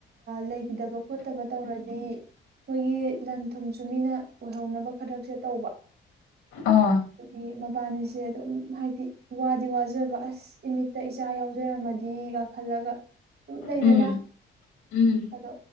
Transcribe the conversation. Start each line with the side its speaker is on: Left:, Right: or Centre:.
Right: ꯂꯩ ꯏꯗꯕ ꯈꯣꯠꯇꯕ ꯇꯧꯔꯗꯤ ꯃꯣꯏꯒꯤ ꯂꯟ ꯊꯨꯝꯁꯨ ꯃꯤꯅ ꯑꯣꯏꯍꯧꯅꯕ ꯈꯔꯛꯁꯦ ꯇꯧꯕ
Left: ꯑꯥ
Right: ꯑꯗꯨꯒꯤ ꯃꯕꯥꯅꯤꯁꯦ ꯑꯗꯨꯝ ꯍꯥꯏꯗꯤ ꯋꯥꯗꯤ ꯋꯥꯖꯕ ꯑꯁ ꯏꯃꯤꯠꯇ ꯏꯆꯥ ꯌꯥꯎꯖꯔꯝꯃꯗꯤ ꯈꯜꯂꯒ ꯁꯨꯝ ꯂꯩꯗꯅ
Left: ꯎꯝ ꯎꯝ
Right: ꯑꯗꯣ